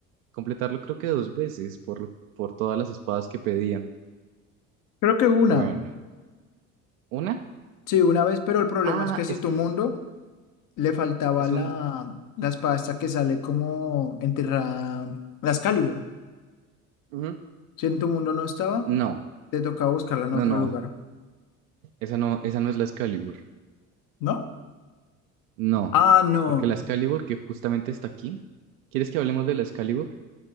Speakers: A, on the right (about 65°); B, on the left (about 50°).
A: Completarlo creo que dos veces por, por todas las espadas que pedían.
B: Creo que una.
A: Bueno, una.
B: Sí, una vez, pero el problema
A: Ah,
B: es que si
A: es
B: tu
A: que
B: mundo le faltaba
A: es
B: la,
A: un
B: la espada esta que sale como enterrada, la Excalibur.
A: Ujú.
B: Si en tu mundo no estaba,
A: No,
B: te tocaba buscarla en
A: no,
B: otro
A: no.
B: lugar,
A: Esa no, esa no es la Excalibur.
B: ¿no?
A: No.
B: Ah, no.
A: Porque la Excalibur que justamente está aquí. ¿Quieres que hablemos de la Excalibur?